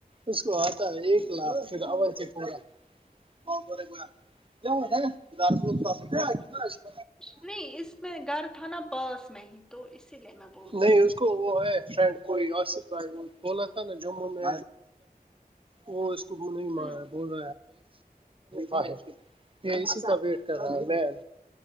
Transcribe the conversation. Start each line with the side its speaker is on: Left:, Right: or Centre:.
Right: اس کو آتا ہے ایک لاکھ پر ہاور پڑا <unintelligible>
Centre: کچھ نہیں اس میں گھر تھا نا پاس میں ہی تو اسی لیے میں بول رہی
Right: نہیں اس کو وہ ہے فرینڈ کوئی آصف بھائی وہ بولا تھا نا جموں میں وہ اس کو وہ نہیں مار
Centre: ہوں
Right: رہا ہے بول رہے اسی کا ویٹ کر رہا ہوں میں